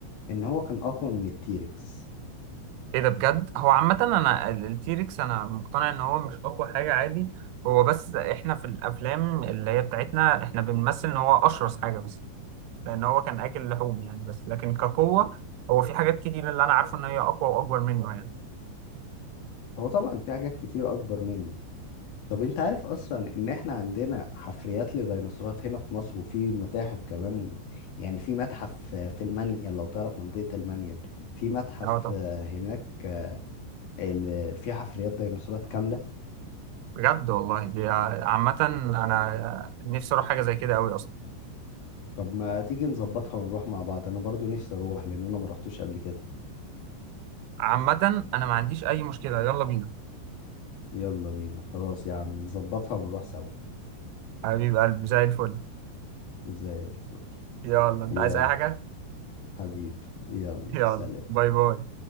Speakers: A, on the left; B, on the right.
A: إن هو كان أقوى من التيركس
B: ايه ده بجد هو عامه انا ال- التيركس انا مقتنع ان هو مش اقوى حاجه عادي هو بس احنا في الافلام اللي هي بتاعتنا احنا بنمثل ان هو اشرس حاجه بس لان هو كان اكل لحوم يعني بس لكن كقوه هو في حاجات كتير اللي انا عارفه ان هي اقوى واكبر منه يعني
A: هو طبعا في حاجات كتير أكبر منه طب انت عارف اصلا ان احنا عندنا حفريات لديناصورات هنا في مصر وفي متاحف كمان يعني في متحف آه، في المنيل لو تعرف منطقة المنيل في متحف
B: اه
A: آه، هناك آه، ال- في حفريات ديناصورات كاملة
B: بجد والله دي عامة أنا نفسي أروح حاجة زي كده أوي أصلا
A: طب ما تيجي نظبطها ونروح مع بعض انا برضو نفسي اروح لان انا ما رحتوش قبل كده
B: عامة أنا ما عنديش أي مشكلة يلا بينا
A: يلا بينا خلاص يا عم نظبطها ونروح سوا
B: حبيب قلبي زي الفل
A: زي الفل
B: يلا أنت
A: يلا
B: عايز أي حاجة؟
A: حبيبي يلا
B: يلا
A: سلام
B: باي باي